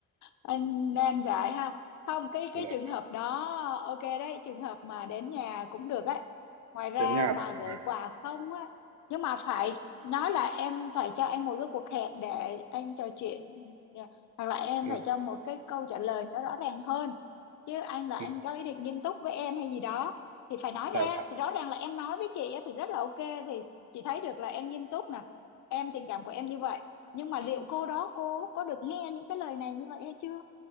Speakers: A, on the left; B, on the right.
A: anh nam dại ha không cái
B: Dạ
A: cái trường
B: vâng.
A: hợp đó ok đấy trường hợp mà đến nhà cũng được ấy ngoài ra
B: Đến nhà
A: mà
B: thật
A: gửi
B: là
A: quà không á nhưng mà phải nói là em phải cho anh một cái cuộc hẹn để anh trò chuyện yeah, hoặc là em
B: ừ,
A: phải cho một cái câu trả lời nó rõ ràng hơn chứ anh là
B: ừ,
A: anh có ý định nghiêm túc với em hay gì đó thì phải nói
B: dạ
A: ra
B: vâng,
A: thì rõ ràng là em nói với chị á thì rất là ok thì chị thấy được là em nghiêm túc nè em tình cảm của em như vậy nhưng mà liệu cô đó cô có được nghe những cái lời này như vậy hay chưa